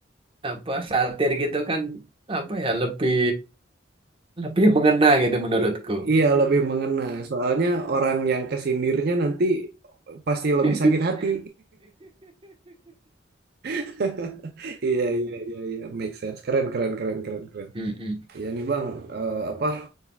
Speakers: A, on the right; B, on the right.
A: apa satir gitu kan apa ya lebih lebih mengena gitu menurutku.
B: I- iya, lebih mengena. Soalnya orang yang kesindirnya nanti pasti lebih
A: <laughs>
B: sakit hati. <laughs> Iya, iya, iya, iya, make sense. Keren, keren, keren, keren, keren.
A: Mm-mm.
B: Iya nih Bang, Eh, apa?